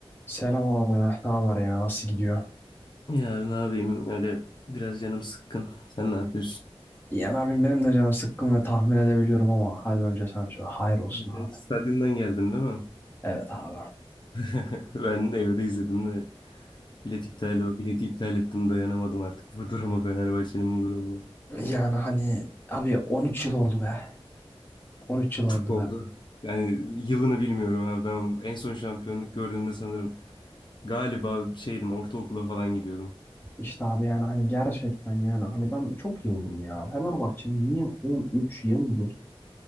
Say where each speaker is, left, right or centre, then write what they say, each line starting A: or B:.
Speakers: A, on the left (about 20°); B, on the left (about 50°).
A: Selam abi. Ne haber ya? Nasıl gidiyor?
B: Ya ne yapayım öyle biraz canım sıkkın. Sen ne yapıyorsun?
A: Yani abim benim de canım sıkkın ve tahmin edebiliyorum ama hadi önce sen söyle. Hayır olsun
B: Sen
A: abi.
B: stadyumdan geldin değil mi?
A: Evet abi.
B: <laughs> Ben de evde izledim de bilet iptal o bileti iptal ettim dayanamadım artık bu duruma Fenerbahçe'nin bu durumuna.
A: Yani hani abi 13 yıl oldu be. 13 yıl oldu
B: Çok oldu.
A: be.
B: Yani yılını bilmiyorum abi ben en son şampiyonluk gördüğümde sanırım galiba şeydim ortaokula falan gidiyordum.
A: İşte abi yani hani gerçekten yani hani ben çok yıldım ya. Fenerbahçe niye 13 yıldır